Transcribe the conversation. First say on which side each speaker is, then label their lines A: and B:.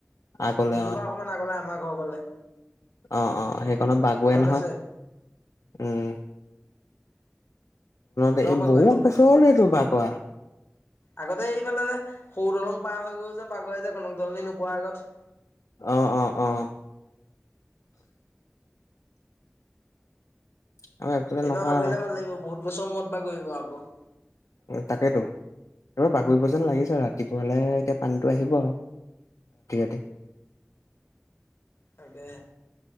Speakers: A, on the left; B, on the left.
A: আগলে
B: পুলটোপা অকমান আগলে আমাৰ ঘৰৰ ফালে।
A: অ-অ সেইখনত বাগুৱে
B: মনত
A: নহয়।
B: আছে
A: উম।
B: এইবাৰো
A: তে এই
B: পাহৰিব
A: বহুত
B: পাৰে।
A: বছৰ হল সেইটো বাগুৱা।
B: আগতে এইফালে যে সৰু দলং পাৰ হৈ গল যে পাগল যে কনক দলনি নোপোৱাৰ আগত
A: অ-অ-অ। আমাৰ এইফালে
B: এইবাৰ
A: নহয়
B: বাগৰিলে
A: আকৌ
B: ভাল লাগিব। বহুত বছৰ মূৰত বাাগৰিব আকৌ।
A: তাকেইেতো। এইবাৰ বাকৰিব যেন লাগিছে। ৰাতিপুৱালৈ এতিয়া পানীটো আহিব আও। ৰাতি-ৰাতি।
B: তাকেহে।